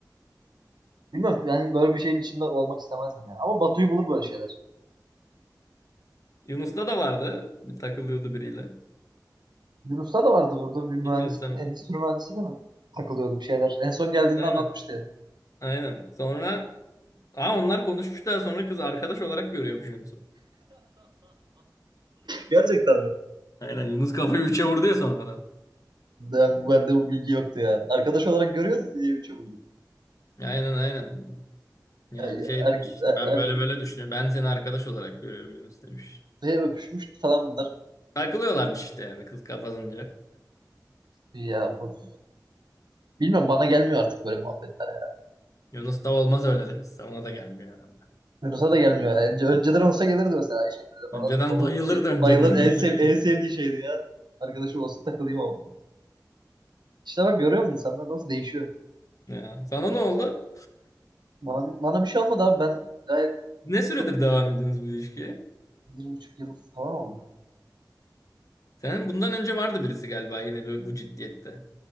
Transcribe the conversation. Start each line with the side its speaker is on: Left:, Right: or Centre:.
Right: Bilmiyorum. Yani böyle bir şeyin içinde olmak istemezdim ya. Ama Batu'yu bulur böyle şeyler.
Left: Yunus'ta da vardı. Bir takılıyordu biriyle.
Right: Yunus'ta da vardı burada bir mühendis.
Left: Bilmiyorum sen.
Right: Endüstri mühendisiyle mi? Takılıyordu bir şeyler. En son geldiğinde
Left: Aynen.
Right: anlatmıştı ya.
Left: Aynen. Sonra Aa onlar konuşmuş daha sonra kız arkadaş olarak görüyormuş Yunus'u.
Right: <laughs> Gerçekten mi?
Left: Aynen Yunus kafayı üçe vurdu ya sonradan.
Right: Ben, bende bu bilgi yoktu ya. Arkadaş olarak görüyordu diye bir çabuk.
Left: Aynen aynen. Yani
Right: Ya,
Left: şey demiş
Right: er,
Left: işte
Right: er,
Left: ben
Right: er-
Left: böyle böyle düşünüyorum. Ben seni arkadaş olarak görüyorum Yunus demiş.
Right: neye öpüşmüş falan bunlar.
Left: Takılıyorlarmış işte yani kız kafasınca.
Right: Ya bu- bilmiyorum bana gelmiyor artık böyle muhabbetler ya.
Left: Yunus da olmaz öyle demiş. Ona da gelmiyor herhalde.
Right: Yunus'a da gelmiyor. Önce, önceden olsa gelirdi mesela Ayşegül'le falan.
Left: Önceden
Right: Olur
Left: bayılırdı
Right: ge-
Left: önceden
Right: bayılır en,
Left: böyle
Right: sev,
Left: bir
Right: en
Left: şey.
Right: sevdiği şeydi ya. Arkadaşım olsun takılayım ama. İşte bak görüyor musun insanlar nasıl değişiyor.
Left: Ya, sana ne oldu?
Right: Bana, bana bir şey olmadı abi ben gayet
Left: Ne süredir
Right: çok,
Left: devam ediyorsunuz bu ilişkiye?
Right: bir buçuk yıl falan oldu.
Left: Senin bundan önce vardı birisi galiba yine bu bu ciddiyette.